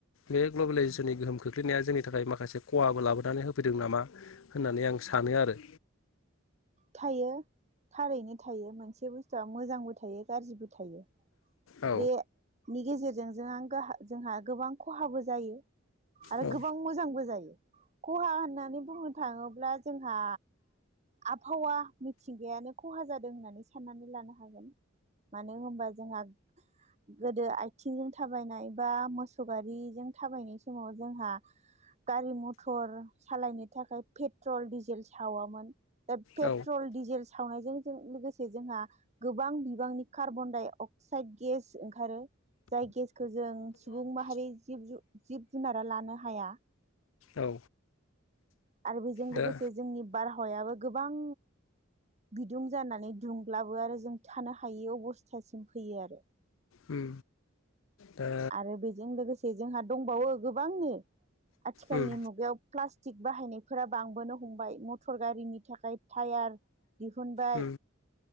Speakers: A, on the left; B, on the right.
A: बे ग्लबेलाइजेसननि गोहोम खोख्लैनाया जोंनि थाखाय माखासे खहाबो लाबोनानै होफैदों नामा होननानै आं सानो आरो।
B: थायो थारैनो थायो मोनसे बे बुस्थुआ मोजांबो थायो गाज्रिबो थायो
A: औ
B: बेनि गेजेर जों जों आं गोहा जोंहा गोबां खहाबो जायो। आरो
A: औ
B: गोबां मोजांबो जायो। खहा होन्नानै बुंनो थाङोब्ला जोंहा आभावा मिथिंगायानो खहा जादों होन्नानै सान्नानै लानो हागोन। मानो होनबा जोंहा गोदो आथिंजों थाबायनाय बा मोसौ गारिजों थाबायनाय समाव जोंहा गारि मथर सालायनो थाखाय पेट्रल, डिजेल सावामोन। पेट्रल,
A: औ
B: डिजेल सावनायजों जों लोगोसे जोंहा गोबां बिबांनि कार्बनदाय अक्साइड गेस ओंखारो। जाय गेसखौ जों सुबुं माहारि जिब जु जिब जुनारा लानो हाया।
A: औ।
B: आरो बेजों लोगोसे
A: दा
B: जोंनि बार हावायाबो गोबां बिदुं जानानै दुंब्लाबो आरो जों थानो हायि अबस्थासिम फैयो आरो
A: उम दा
B: आरो बेजों लोगोसे जोंहा दंबावो गोबांनो आथिखालनि
A: उम
B: मुगायाव प्लास बाहायनायफोरा बांबोनो हमबाय मटर गारिनि थाखाय थायार दिहुनबाय
A: उम